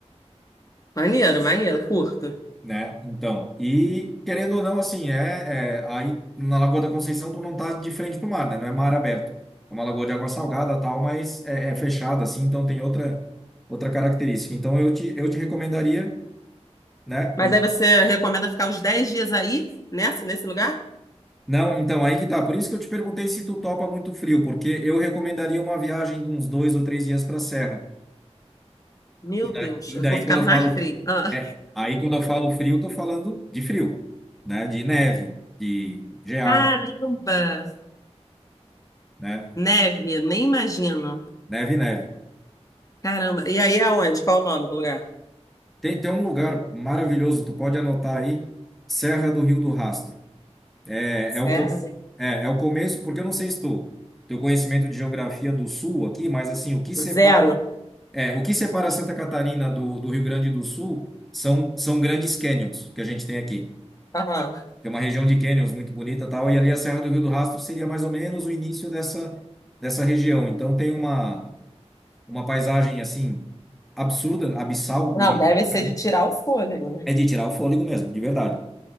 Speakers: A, on the left; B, in the centre.
A: Maneiro, maneiro, curto.
B: né? Então, e querendo ou não, assim, é, é- aí na Lagoa da Conceição tu não tá de frente pro mar, né? Não é mar aberto. É uma lagoa de água salgada, tal, mas é, é fechada, assim, então tem outra outra característica. Então eu te eu te recomendaria, né?
A: Mas
B: um-
A: aí você recomenda ficar uns 10 dias aí, nessa, nesse lugar?
B: Não, então aí que tá. Por isso que eu te perguntei se tu topa muito frio, porque eu recomendaria uma viagem de uns dois ou três dias para a serra.
A: Meu
B: E daí,
A: Deus,
B: e
A: eu
B: daí
A: vou ficar
B: quando
A: mais
B: eu falo,
A: frio. Ah,
B: é, aí quando eu falo frio, tô falando de frio, né? De neve, de geado,
A: Caramba!
B: né?
A: Neve, nem imagino.
B: Neve, neve.
A: Caramba. E aí é onde? Qual o nome do lugar?
B: Tem, tem um lugar maravilhoso, tu pode anotar aí, Serra do Rio do Rastro. É,
A: Serra?
B: é o, co- é, é o começo, porque eu não sei se tu, teu conhecimento de geografia do Sul aqui, mas assim, o que separa,
A: do- Zero?
B: é, o que separa Santa Catarina do, do Rio Grande do Sul são, são grandes canyons que a gente tem aqui.
A: Aham.
B: Tem uma região de canyons muito bonita e tal, e ali a Serra do Rio do Rastro seria mais ou menos o início dessa, dessa região. Então tem uma, uma paisagem assim, absurda, abissal, bonita.
A: Não, deve ser
B: né?
A: de tirar o fôlego, né?
B: É de tirar o fôlego mesmo, de verdade.